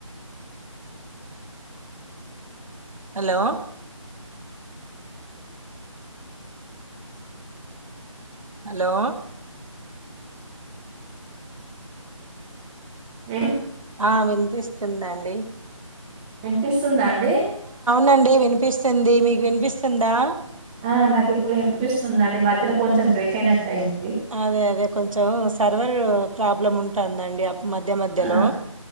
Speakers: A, on the right; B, in the centre.
A: హలో హలో
B: వె
A: ఆ వినిపిస్తుందండి
B: వినిపిస్ స్తుందా అండి
A: నండి వినిపిస్తుంది మీకు వినిపిస్తుందా
B: ఆ నాకు ఇప్పుడు వినిపిస్తుందిండి మధ్యలో కొంచెం బ్రేక్ అయినట్టు అయింది
A: అదే అదే కొంచెం సర్వర్ ప్రాబ్లం ఉం ఉంది మధ్య మధ్యలో
B: ఆ!